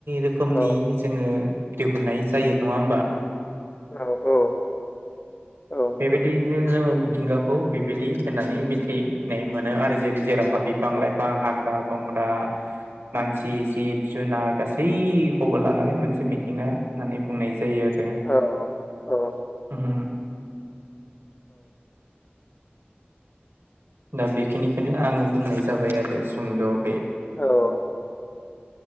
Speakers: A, on the right; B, on the left.
A: रोखोमनि
B: औ
A: जोङो दिहुननाय जायो नङा होमबा?
B: औ औ नोंथां
A: बेबायदिनो जोङो मिथिंगाखौ बेबायदि होननानै मिथिनाय मोनो आरो जेरै जेरावहा बि बिफां-लाइफां, हाग्रा-बंग्रा मानसि, जिब-जुनार गासै खौबो लानानै मोनसे मिथिंगा होननानै बुंनाय जायो आरो
B: औ औ औऔ।
A: उम दा बेखिनिखौनो आङो बुंनाय जाबाय आरो सुंद'है
B: औऔ।